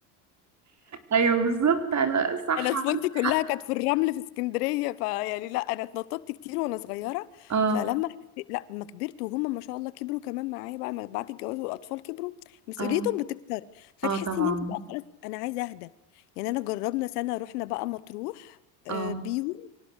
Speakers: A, on the right (about 40°); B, on the left (about 85°).
A: ايوه بالظبط انا صح
B: انا طفولتي
A: عندك
B: كلها
A: حق
B: كانت في الرمل في اسكندريه فيعني لا انا اتنططت كتير وانا صغيره
A: اه
B: فلما حسيت- لا لما كبرت وهم ما شاء الله كبروا كمان معايا بقى ما- بعد الجواز والاطفال كبروا مسؤوليتهم
A: اه
B: بتكتر فتحسي
A: اه طبعا
B: ان انت بقى خلاص انا عايزه اهدى يعني انا جربنا سنه رحنا بقى مطروح آه،
A: اه
B: بيهم